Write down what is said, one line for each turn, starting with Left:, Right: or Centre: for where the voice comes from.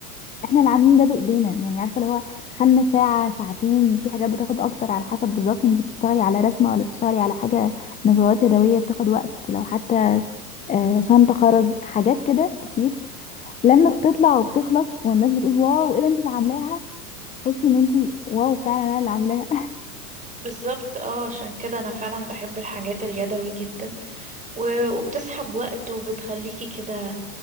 Left: احنا اللي عاملين ده بايدينا يعني عارفة اللي هو خدنا ساعة ساعتين في حاجات بتاخد اكتر على حسب بالظبط انت بتشتغلي على رسمة ولا بتشتغلي على حاجة مشغولات يدوية بتاخد وقت لو حتى آه، شنطة خرز حاجات كده كتير لما بتطلع وبتخلص والناس بتقول واو ايه ده انت اللي عاملاها تحسي ان انت واو فعلا انا اللي عاملاها
Right: بالظبط اه عشان كده انا فعلا بحب الحاجات اليدوي جدا و- وبتسحب وقت وبتخليكي كده